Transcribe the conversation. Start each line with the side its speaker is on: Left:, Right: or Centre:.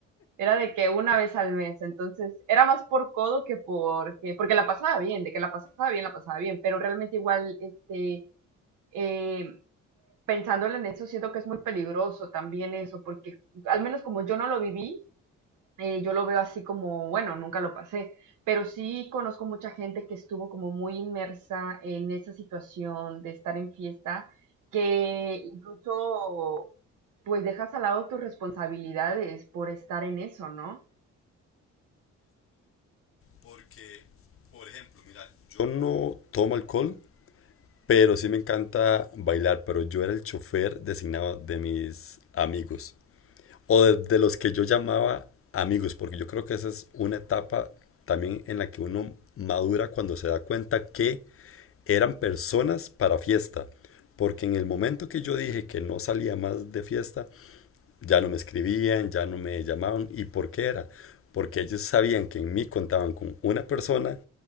Right: era de que una vez al mes, entonces era más por codo que porque, porque la pasaba bien, de que la pasaba bien, la pasaba bien, pero realmente igual, este, eh, pensándole en eso, siento que es muy peligroso también eso, porque al menos como yo no lo viví, eh, yo lo veo así como, bueno, nunca lo pasé, pero sí conozco mucha gente que estuvo como muy inmersa en esa situación de estar en fiesta, que incluso pues dejas al lado tus responsabilidades por estar en eso, ¿no?
Left: Porque, por ejemplo, mira, Yo no tomo alcohol, Pero sí me encanta bailar, pero yo era el chofer designado de mis amigos o de, de los que yo llamaba amigos, porque yo creo que esa es una etapa también en la que uno madura cuando se da cuenta que eran personas para fiesta. Porque en el momento que yo dije que no salía más de fiesta, ya no me escribían, ya no me llamaban. ¿Y por qué era? Porque ellos sabían que en mí contaban con una persona